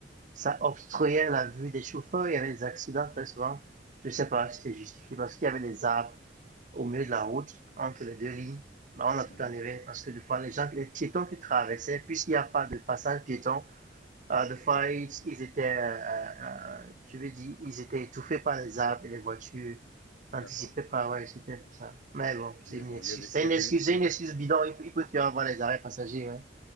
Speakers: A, on the right (about 45°); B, on the left (about 75°).
A: ça obstruait la vue des chauffeurs. Il y avait des accidents très souvent. Je sais pas si c'était justifié parce qu'il y avait des arbres au milieu de la route, entre les deux lignes. Mais on a tout
B: Mmh
A: enlevé parce que des fois, les gens, les piétons qui traversaient, puisqu'il n'y a pas de passage piéton, ah, des fois, ils, ils étaient, euh, euh, je veux dire, ils étaient étouffés par les arbres et les voitures. T'anticipais
B: D'accord.
A: pas, ouais, c'était un peu ça. Mais bon, c'est
B: Mais
A: une
B: bon,
A: excuse.
B: il y a des
A: C'est
B: il y
A: une
B: a des
A: excuse,
B: il y
A: c'est
B: a
A: une
B: des
A: excuse bidon. Il faut, il faut toujours avoir les arrêts passagers, ouais.